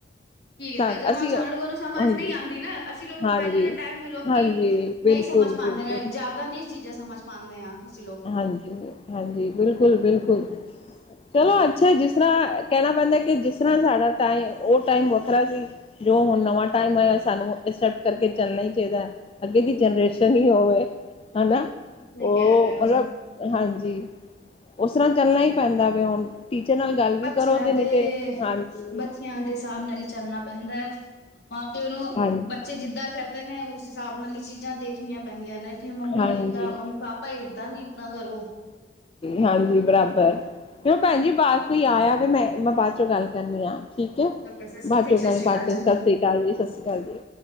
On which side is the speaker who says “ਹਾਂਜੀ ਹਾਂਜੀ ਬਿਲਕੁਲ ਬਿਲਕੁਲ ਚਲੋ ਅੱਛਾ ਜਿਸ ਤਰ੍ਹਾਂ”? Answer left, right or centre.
Left